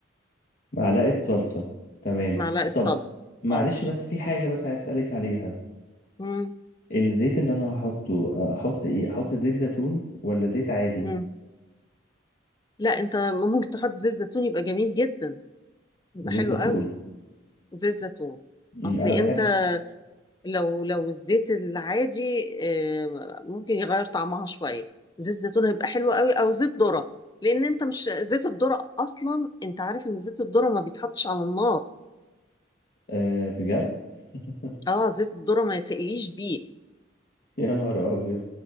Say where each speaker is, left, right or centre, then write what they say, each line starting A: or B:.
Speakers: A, on the left (about 50°); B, on the left (about 20°).
A: معلقة صلصة تمام
B: معلقة
A: طب
B: صلصة
A: معلش
B: اه
A: بس في حاجة بس عايز اسألك عليها
B: مم.
A: الزيت اللي انا هحطه آه، احط ايه احط زيت زيتون ولا زيت عادي
B: مم. لا انت ممكن تحط زيت زيتون يبقى جميل جدا يبقى
A: زيت
B: حلو
A: زيتون
B: قوي زيت زيتون
A: مم،
B: اصلي
A: انا بحب
B: انت لو لو الزيت العادي آه، ممكن يغير طعمها شويه زيت زيتون هيبقى حلو قوي او زيت ذره لان انت مش زيت الذره اصلا انت عارف ان زيت الذره ما بيتحطش على النار
A: أه بجد <laughs>
B: اه زيت الذره ما تقليش بيه
A: يا نهار ابيض